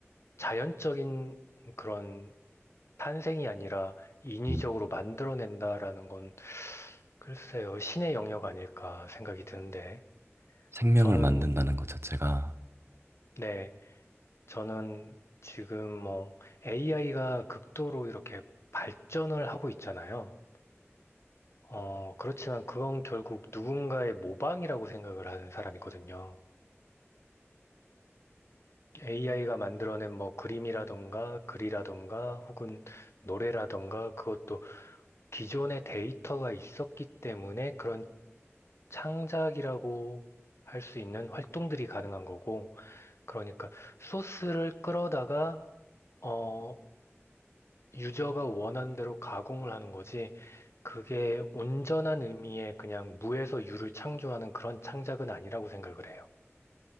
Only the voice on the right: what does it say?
음,
생명을
만든다는 것 자체가